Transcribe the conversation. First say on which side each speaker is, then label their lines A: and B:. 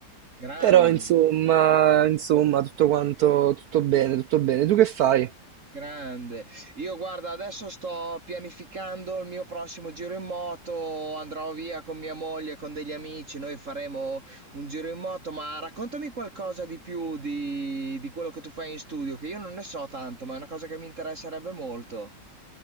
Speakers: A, on the right (about 45°); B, on the right (about 70°).
A: grande,
B: però insomma, insomma, tutto quanto, tutto bene, tutto bene. Tu che fai?
A: grande. Io guarda, adesso sto pianificando il mio prossimo giro in moto, andrò via con mia moglie, con degli amici, noi faremo un giro in moto, ma raccontami qualcosa di più di, di quello che tu fai in studio, che io non ne so tanto, ma è una cosa che mi interesserebbe molto.